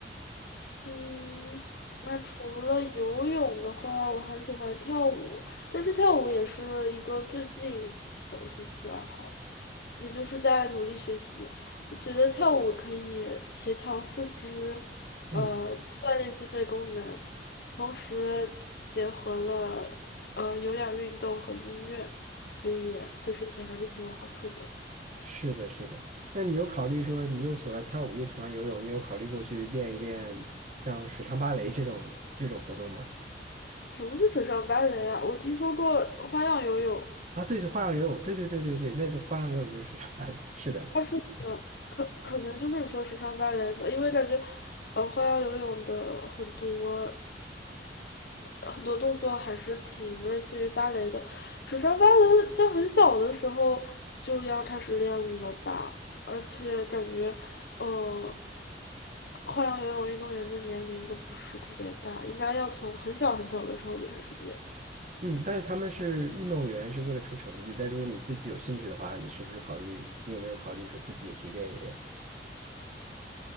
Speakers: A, on the left; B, on the right.
A: 嗯，那除了游泳的话，我还喜欢跳舞，但是跳舞也是一个最近的兴趣爱好，也就是在努力学习。我觉得跳舞可以协调四肢，
B: 嗯，
A: 呃，锻炼心肺功能，同时结合了呃有氧运动和音乐，所以对身体还是挺有好处的。
B: 是的，是的。那你有考虑说你又喜欢跳舞又喜欢游泳，你有考虑过去练一练像水上芭蕾这种这种活动吗？
A: 什么是水上芭蕾啊？我听说过花样游泳，
B: 啊，对，花样游泳，对对对对对，那就花样游泳就是，<laughs> 是的，
A: 它是呃可可能就是你说水上芭蕾吧，因为感觉呃花样游泳的很多很多动作还是挺类似于芭蕾的。水上芭蕾在很小的时候就要开始练了吧，而且感觉呃花样游泳运动员的年龄都不是特别大，应该要从很小很小的时候就开始练。
B: 嗯，但是他们是运动员，是为了出成绩。但如果你自己有兴趣的话，你是不是考虑，你有没有考虑说自己也去练一练？